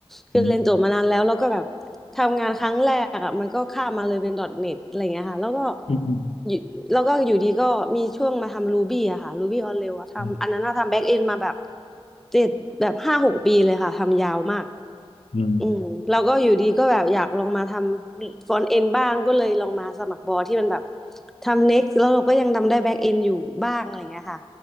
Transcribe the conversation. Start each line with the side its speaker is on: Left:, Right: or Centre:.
Centre: คือเรียนจบมานานแล้วแล้วก็แบบ
Left: อืม
Centre: ทำงานครั้งแรกอ่ะมันก็ข้ามมาเลยเป็น .NET อทเน็ตอะไรเงี้ยค่ะแล้วก็
Left: อืม
Centre: อยู่แล้วก็อยู่ดีก็มีช่วงมาทำ Ruby อะค่ะ Ruby on Rails อะทำอันนั้นอะทำแบ็กเอนมาแบบ
Left: อืม
Centre: เจ็ดแบบห้าหกปีเลยค่ะทำยาวมาก
Left: อืม
Centre: อืมแล้วก็อยู่ดีก็แบบอยากลองมาทำฟรอนต์เอนบ้างก็เลยลองมาสมัครบอที่มันแบบทำ Next แล้วเราก็ยังทำได้แบ็กเอนอยู่บ้างอะไรเงี้ยค่ะ